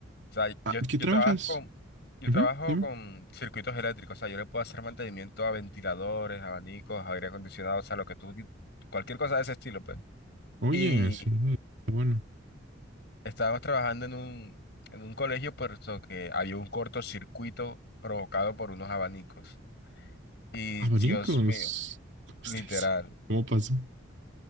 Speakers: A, on the left (about 55°); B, on the right (about 65°).
A: sea,
B: Ah,
A: yo,
B: ¿qué
A: yo
B: trabajas?
A: trabajo con, yo
B: Ujú,
A: trabajo
B: dime.
A: con circuitos eléctricos, o sea, yo le puedo hacer mantenimiento a ventiladores, abanicos, aire acondicionado, o sea, lo que tú, cualquier cosa de ese estilo, pues.
B: Oye,
A: Y
B: sí, está bueno.
A: estábamos trabajando en un, en un colegio, puesto que había un cortocircuito provocado por unos abanicos. Y
B: Abanicos.
A: Dios mío,
B: ¿Cómo estáis?
A: literal,
B: ¿Cómo pasó?